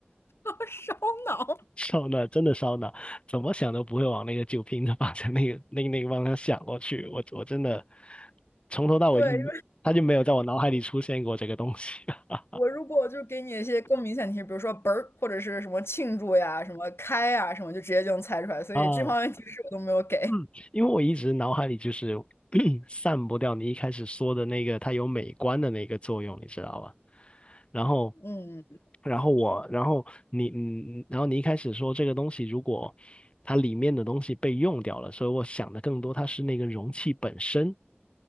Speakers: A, on the left; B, on the left.
A: <laughs> 烧脑。
B: <laughs> 烧脑真的烧脑，怎么想都不会往那个酒瓶子方向那个那个那个方向想过去，我我真的从头到尾就
A: 对，
B: 他就没有在我脑海里出现过这个东西 <laughs>
A: 我如果就是给你一些更明显的提示，比如说“啵儿”或者是什么庆祝呀、什么开呀、什么，就直接就能猜出来。所以这方面提示我都没有给。
B: 啊。嗯，因为我一直脑海里就是 <clears throat> 散不掉你一开始说的那个它有美观的那个作用，你知道吧？然后，
A: 嗯
B: 然后我，然后你，嗯，然后你一开始说这个东西如果它里面的东西被用掉了，所以我想的更多它是那个容器本身，